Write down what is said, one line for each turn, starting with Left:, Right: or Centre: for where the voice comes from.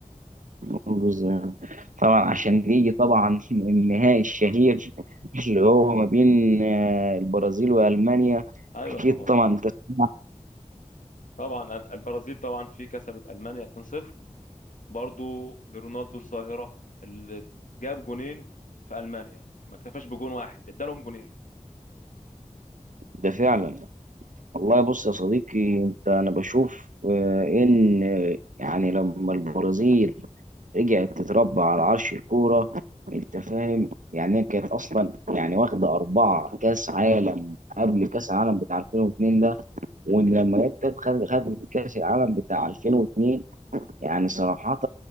Right: ده يعني. طبعا عشان يجي طبعا <laughs> النهائي الشهير اللي هو ما بين آه، البرازيل والمانيا
Left: ايوه
Right: اكيد
Left: طبعا
Right: طبعا انت سمعت
Left: طبعا ال- البرازيل طبعا في كسبت المانيا 2-0 برضو برونالدو الظاهره اللي جاب جونين في المانيا ما اكتفاش بجون واحد ادالهم جونين
Right: ده فعلا والله بص يا صديقي انت انا بشوف آه، ان آه، يعني لما البرازيل رجعت تتربى على عرش الكورة انت فاهم يعني هي كانت اصلا يعني واخده اربعه كاس عالم قبل كاس العالم بتاع 2002 ده وان لما جت خدت خدت كاس العالم بتاع 2002 يعني صراحة